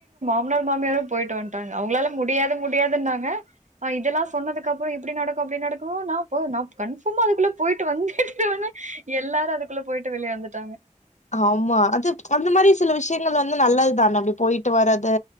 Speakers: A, on the right; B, on the left.
A: மனாரு மாமியாரு போய்ட்டு வந்துட்டாங்க அவங்ளால முடியாது முடியாதுனாங்க இதெல்லா சொன்னதுக்கு அப்ரோ இப்டி நடக்கு அப்டி நடக்கு நா போ நா கன்ஃபார்ம அதுக்குள்ள பொய்ட்டு வந்துட்ட உடனே எல்லாரு அதுக்குள்ள பொய்ட்டு வெளியே வந்துட்டாங்க
B: ஆமா அது அந்த மாரி சில விஷயங்கள் வந்து நல்லதுதான அப்டி போய்ட்டு வர்றது